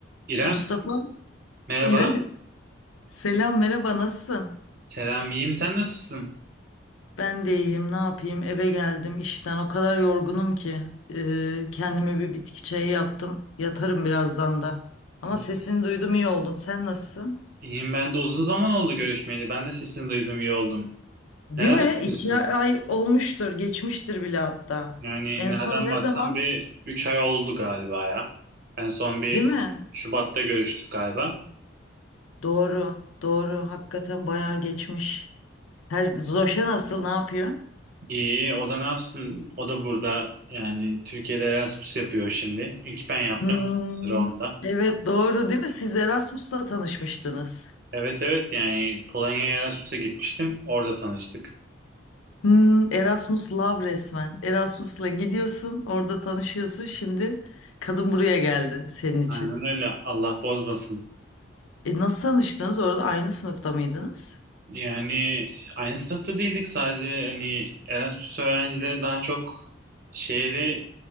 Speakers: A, on the right (about 45°); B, on the left (about 85°).
A: İrem,
B: Mustafa,
A: merhaba.
B: İre- selam merhaba nasılsın?
A: Selam, iyiyim. Sen nasılsın?
B: Ben de iyiyim, ne yapayım? Eve geldim işten, o kadar yorgunum ki. Ee, kendime bir bitki çayı yaptım. Yatarım birazdan da. Ama
A: Hı.
B: sesini duydum iyi oldum. Sen nasılsın?
A: İyiyim ben de uzun zaman oldu görüşmeyeli. Ben de sesini duydum, iyi oldum.
B: Değil
A: Neler
B: mi?
A: yapıyorsun?
B: İki ay olmuştur, geçmiştir bile hatta.
A: Yani
B: En
A: nereden
B: son ne
A: baksam
B: zaman?
A: bir 3 ay oldu galiba ya. En son bir
B: Değil mi?
A: Şubat'ta görüştük galiba.
B: Doğru, doğru. Hakikaten bayağı geçmiş. Her Zoşa nasıl, ne yapıyor?
A: İyi, o da ne yapsın? O da burada. Yani Türkiye'de Erasmus yapıyor şimdi. İlk ben yaptım,
B: Hmm,
A: şimdi sıra onda.
B: evet doğru değil mi? Siz Erasmus'ta tanışmıştınız.
A: Evet evet yani Polonya'ya Erasmus'a gitmiştim. Orada tanıştık.
B: Hmm, Erasmus Love resmen. Erasmus'la gidiyorsun, orada tanışıyorsun. Şimdi kadın buraya geldi senin için.
A: Aynen öyle. Allah bozmasın.
B: E nasıl tanıştınız? Orada aynı sınıfta mıydınız?
A: Yani aynı sınıfta değildik sadece hani Erasmus öğrencileri daha çok şehri